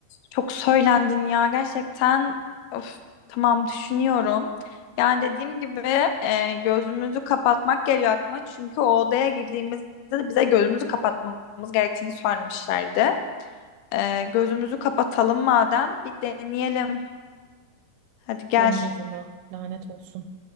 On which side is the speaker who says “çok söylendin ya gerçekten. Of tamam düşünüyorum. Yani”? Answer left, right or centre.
Left